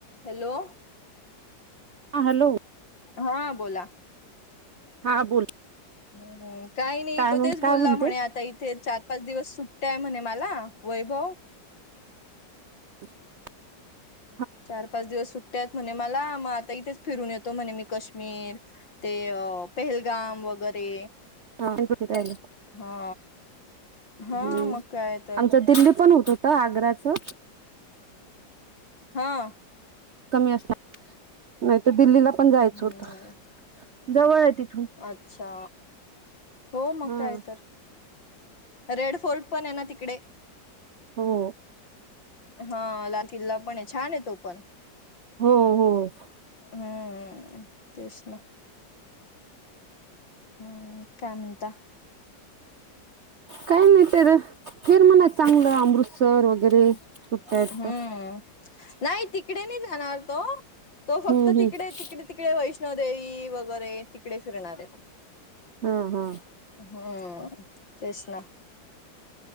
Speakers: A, on the left; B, on the right.
A: Hello.
B: हां. Hello.
A: हा बोला.
B: हा बोल.
A: ह् काही नाही
B: काय
A: तो
B: मग
A: तेच,
B: काय
A: बोलला
B: म्हणते
A: म्हणे आता इथेच पाच दिवस सुट्टया आहे म्हणे मला वैभव.
B: <inaudible>
A: चार पाच दिवस सुट्टया आहेत म्हणे मला मग, आता इथेच फिरून येतो म्हणे मी काश्मीर. ते पेहलगाम वगैरे.
B: काय करून राहिले.
A: हा हा
B: हम्म
A: मग काय? तर
B: आमचं दिल्ली पण होत होतं आग्राचं
A: हा.
B: कमी असल्या असणार, नाही तर दिल्लीला पण जायचं
A: हम्म
B: होती जवळ आहे तिथून.
A: अच्छा हो मग
B: हा
A: काय तर? रेड फोर्ट पण आहे ना तिकडे.
B: हो.
A: हा लाल किल्ला पण आहे छान आहे तो पण.
B: हो हो
A: हां तेच ना. हम् काय म्हणता.
B: काही नाही ते अर फिर म्हणावं चांगलं अमृतसर वगैरे
A: हम्म.
B: सुट्ट्या आहेत तर
A: नाही तिकडे नाही जाणार तो. तो फक्त
B: हम्म हम्म
A: तिकडे, तिकडे, तिकडे वैष्णोदेवी वगैरे तिकडे फिरणार आहे.
B: हा हा.
A: हम्म. तेच ना.